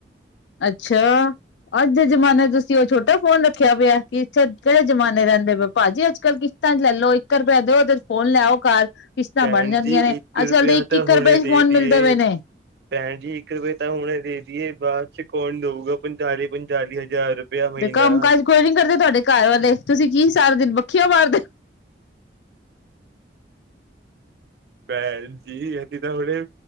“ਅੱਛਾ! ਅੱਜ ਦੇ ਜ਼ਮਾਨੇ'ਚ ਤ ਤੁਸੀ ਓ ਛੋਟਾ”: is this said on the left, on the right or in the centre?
Left